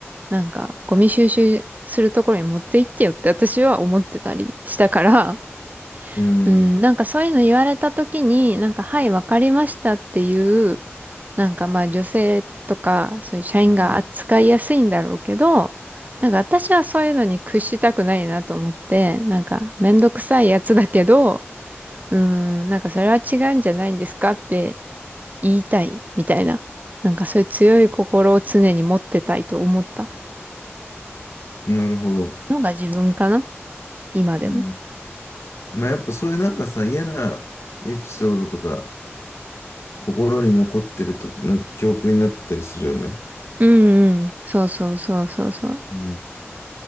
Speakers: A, on the right; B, on the left.
A: なんか、ゴミ収集するところに持って行ってよって私は思ってたりしたから、
B: うん。
A: うん、なんかそういうの言われた時に、なんか、はい、わかりましたっていう、なんかまあ女性とか、そういう社員が扱いやすいんだろうけど、
B: うん
A: なんか私はそういうのに屈したくないなと思って、なんかめんどくさいやつだけど、うん、なんかそれは違うんじゃないんですかって言いたいみたいな。なんかそういう強い心を常に持ってたいと思った
B: なるほど。
A: のが自分かな。今でも。
B: うん。まあやっぱそういうなんかさ、嫌なエピソードとか、心に残ってると、なんか記憶になったりするよね。
A: うんうん。そうそうそうそうそう。
B: うん、